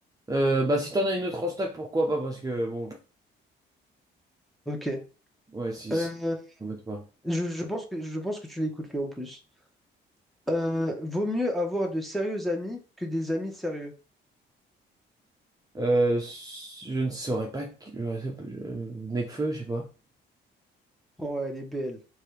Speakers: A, on the right; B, in the centre.
A: Euh, bah si t'en as une autre en stock, pourquoi pas? Parce que bon.
B: Ok.
A: Ouais, si,
B: Euh,
A: si, t'embête pas.
B: je, je pense que, je pense que tu l'écoutes lui en plus. Euh, vaut mieux avoir de sérieux amis que des amis sérieux.
A: Euh, je ne saurais pas. qui- je sais pas, je- Nekfeu, je sais pas.
B: Oh, elle est belle.